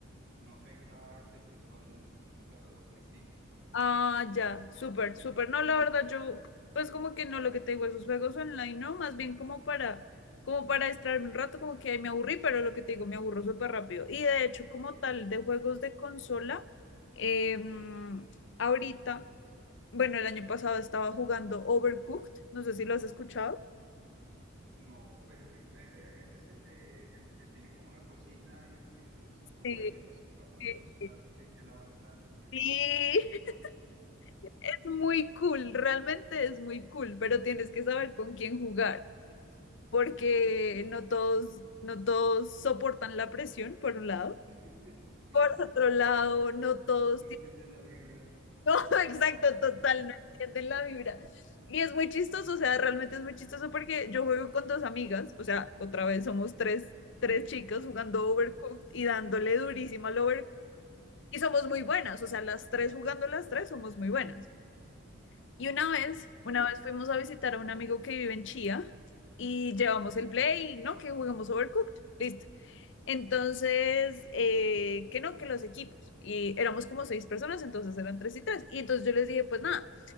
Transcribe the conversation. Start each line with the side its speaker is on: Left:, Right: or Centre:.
Right: no afecta que estés jugando en, en una plataforma distinta.
Left: Ah, ya, súper, súper. No, la verdad, yo, pues como que no lo que te digo, esos juegos online, no, más bien como para, como para distraerme un rato, como que ahí me aburrí, pero lo que te digo, me aburro súper rápido. Y de hecho, como tal, de juegos de consola, em, ahorita, bueno, el año pasado estaba jugando Overcooked, no sé si lo has escuchado.
Right: No, pues que- ese, ese es el de el que tienen como una cocina y uno tiene el- sus compañeros
Left: Sí,
Right: y va armando
Left: sí,
Right: los platos
Left: sí.
Right: y hay que lavar platos y eso.
Left: Sí, <laughs> es muy cool, realmente es muy cool, pero tienes que saber con quién jugar. porque no todos, no todos soportan la presión, por un lado.
Right: <laughs>
Left: Por otro lado, no todos
Right: No entienden
Left: tienen,
Right: la vibra.
Left: <laughs> no, exacto, total, no entienden la vibra. Y es muy chistoso, o sea, realmente es muy chistoso porque yo juego con dos amigas, o sea, otra vez somos tres, tres chicas jugando Overcooked y dándole durísimo al Overcooked. Y somos muy buenas, o sea, las tres jugando las tres somos muy buenas. Y una vez, una vez fuimos a visitar a un amigo que vive en Chía y llevamos el play, ¿no? Que jugamos Overcooked. Listo. Entonces, eh, que no, que los equipos. Y éramos como seis personas, entonces eran tres y tres. Y entonces yo les dije, pues nada,